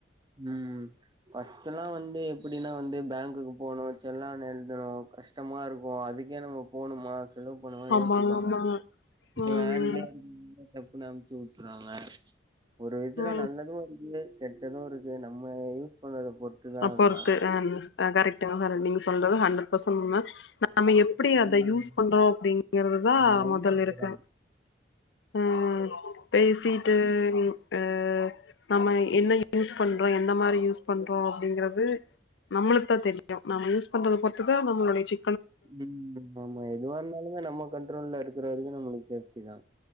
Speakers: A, on the right (about 25°); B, on the left (about 80°).
A: ம் ஃபஸ்ட்டுல்லா வந் ந்து எப்புடின்னா வந்து பேங்க்குக்கு போணு செல்லான் எழுதணு கஷ்டமா இருக்கு அதுக்கே நம்ம போணுமா செலவு பன்னமானு
B: ஆமா
A: யோசிப்பாங்க
B: ஆமா
A: இப்ப
B: ம்
A: <unintelligible>
B: ம்
A: டப்புன்னு அம்ச்சு வுட்றாங்க ஒரு விதத்துல
B: ம்
A: நல்லது இருக்கு கெட்டது இருக்கு நம்ம யூஸ் பண்றத பொறுத்துதா
B: அப்
A: அதெல்லா
B: பொறுத்து அ கரெக்ட்டுங்க சாரு நீங்க சொல்றது ஹண்ட்ரட் பர்சண்ட் உண்ம நம்ம எப்பிடி அத
A: ம்
B: யூஸ் பண்றோ அப்டிங்கிறதுதா
A: லைன்
B: முதல்
A: குடுக்குறாங்க
B: இருக்கு ஆ பேசிட்டு அ நம்ம என்ன யூஸ் பண்றோ எந்த மாரி யூஸ் பண்றோ அப்டிங்கறது நம்மளுக்கு தா தெரியு நம்ம யூஸ் பண்றது பொருத்துதா நம்மளுடைய செ
A: ம் ஆமா எதுவா இருந்தாலுமே நம்ம கண்ட்ரோல்ல இருக்கற வரைக்கு நம்மளுக்கு சேஃப்டி தா